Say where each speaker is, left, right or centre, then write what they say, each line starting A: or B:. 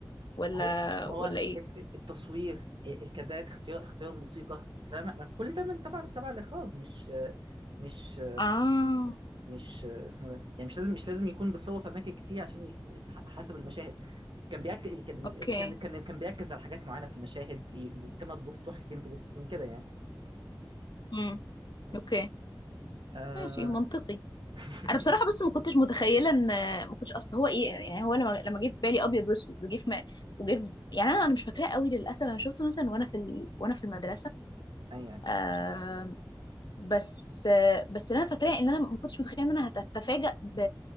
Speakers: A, on the left (about 60°); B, on the right (about 75°).
A: ولا
B: ما هو ما
A: ولا
B: هو
A: ايه
B: التصوير الكادرات اختيار اختيار الموسيقى فاهم ما كل ده من تبع تبع الاخراج مش مش
A: اه
B: مش اسمه ده يعني مش لازم مش لازم يكون بيصور في اماكن كتير عشان ي- حسب المشاهد كان بيأكد كان
A: اوكي
B: كان كان كان بيركز على حاجات معينه في المشاهد ي- الكاميرا تبص تروح فين تبص فين كده يعني
A: امم
B: بس
A: اوكي
B: آه...
A: ماشي منطقي
B: <laughs>
A: انا بصراحه بس ما كنتش متخيله ان ما كنتش اصل هو ايه يعني هو لما لما جه في بالي ابيض واسود وجه في ما وجه في يعني انا انا مش فاكراه قوي للاسف انا شفته مثلا وانا في ال... وانا في المدرسه
B: ايوه ايوه
A: آه بس آه بس اللي انا فاكراه ان انا ما كنتش متخيله ان انا هتفاجأ ب...